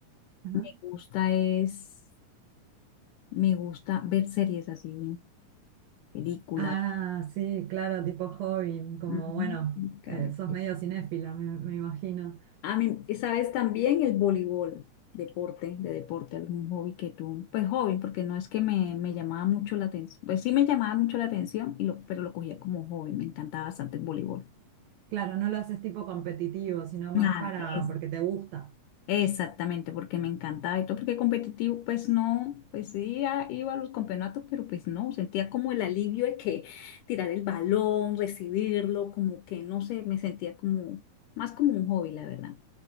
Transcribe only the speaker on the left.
me gusta es, me gusta ver series así, películas.
Ujú,
Ca-
me
A mí, y sabes también el voleibol, deporte, de deporte, algún hobby que tú, pues hobby, porque no es que me, me llamaba mucho la atención, pues sí me llamaba mucho la atención, y lo, pero lo cogía como hobby, me encantaba bastante el voleibol.
Nada,
es,
exactamente, porque me encantaba y todo, porque competitivo, pues no, pues sí a- iba a los campeonatos, pero pues no, sentía como el alivio de que tirar el balón, recibirlo, como que no sé, me sentía como, más como un hobby, la verdad.